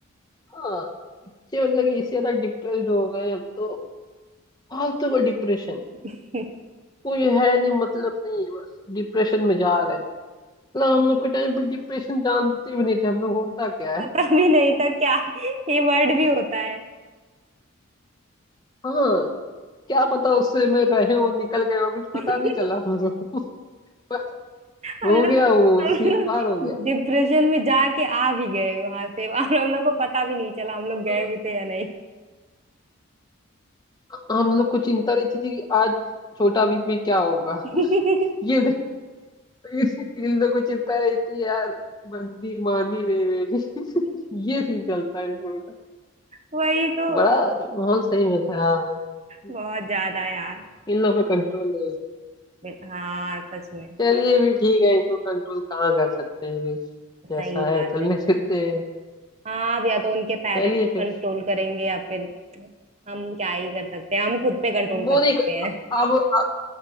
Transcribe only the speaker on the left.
हाँ बच्चे मतलब कि इससे ज्यादा डिप्रेस्ड हो गए अब तो फालतू का डिप्रेशन
कोई है नहीं मतलब नहीं है बस डिप्रेशन में जा रहे हैं मतलब हम लोग के टाइम पे डिप्रेशन जानते भी नहीं थे हम लोग होता क्या
है
हाँ क्या पता उससे में रहे हो निकल गए हो कुछ पता
नहीं चला हम लोगों को <laughs> बस
हो
गया वो
सीन
पार हो गया
अ-
हम लोग को चिंता रहती थी कि आज छोटा बीपी क्या होगा
<laughs> ये इन लोग को चिंता रहती है यार बंदी मानी नहीं मेरी <laughs> ये सीन चलता है इन लोगों का
बड़ा माहौल सही में खराब है
इन लोगों पे कंट्रोल नहीं
चलिए भी ठीक है इसको कंट्रोल कहाँ कर सकते हैं बस जैसा
है
चलने
देते हैं
चलिए फिर
वो
नहीं
अब अब